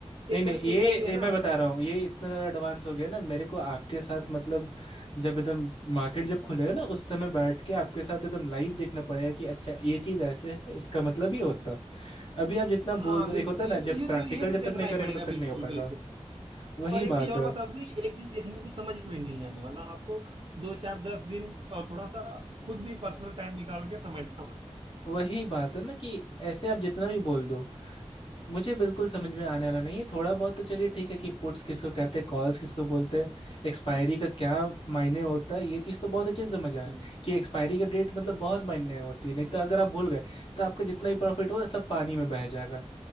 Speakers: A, on the right; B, on the left.
A: एक
B: नहीं नहीं
A: तरह
B: ये,
A: से इनका ये है
B: ये
A: ना
B: मैं बता
A: कि
B: रहा हूँ ये इतना ज़्यादा एडवांस हो गया ना मेरे को आपके साथ मतलब जब एकदम मार्केट जब खुलेगा ना उस समय बैठ के आपके साथ एकदम लाइव देखना पड़ेगा कि अच्छा ये चीज़ ऐसे है इसका मतलब ये होता है। अभी आप जितना
A: हाँ
B: बोल दो एक
A: बिल्कुल
B: होता है
A: ये
B: ना
A: तो
B: जब
A: ये
B: प्रैक्टिकल
A: तो ये तो
B: जब
A: देखना
B: तक नहीं करेंगे
A: ही पड़ेगा
B: तब
A: बिल्कुल
B: तक नहीं हो पाएगा
A: बिल्कुल
B: वही
A: और एक
B: बात
A: चीज और
B: है
A: बता दूं ये एक दिन देखने से समझ में नहीं आने वाला आपको दो चार दस दिन और थोड़ा सा खुद भी पर्सनल टाइम निकाल के समय देना पड़ेगा
B: वही बात है ना कि ऐसे आप जितना भी बोल दो मुझे बिल्कुल समझ में आने वाला नहीं है थोड़ा बहुत तो चलिए ठीक है कि पुट्स किसको कहते हैं कॉल्स किसको बोलते हैं एक्सपायरी का क्या मायने होता है ये चीज़ तो बहुत अच्छे से समझ आया
A: हम्म
B: कि एक्सपायरी का डेट मतलब बहुत मायने होती है नहीं तो अगर आप भूल गए तो आपका जितना ही प्रॉफिट हो सब पानी में बह जाएगा